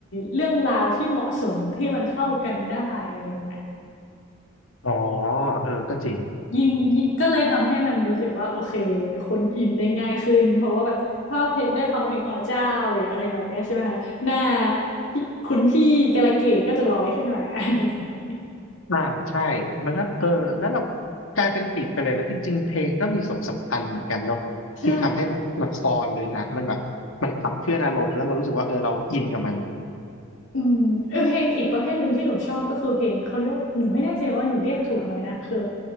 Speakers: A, on the left; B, on the left.
A: เรื่องราวที่เหมาะสมที่มันเข้ากันได้อะไรเงี้ย
B: อ๋อเออก็จริง
A: ยิ่งยิ่งก็เลยทำให้มันรู้สึกว่าโอเคคนอินได้ง่ายขึ้นเพราะว่าแบบถ้าเพลงได้ฟังเพลงอ๋อเจ้าหรืออะไรแบบเนี้ยใช่ไหมคะหน้าพี่คุณพี่กาลเกตก็จะลอยขึ้นมาอะไรอย่างเงี้ย
B: อ่าใช่มันก็เออแล้วเรากลายเป็นติดไปเลยแล้วจริงๆเพลงก็มีส่วนสำคัญเหมือนกันเนาะที่ทำให้แบบละครหรือหนังมันแบบมันขับเคลื่อนอารมณ์แล้วเรารู้สึกว่าเออเราอินกับมัน
A: ใช่ อืมเออเพลงอีกประเภทหนึ่งที่หนูชอบก็คือเพลงเขาเรียกหนูไม่แน่ใจว่าหนูเรียกถูกไหมนะคือ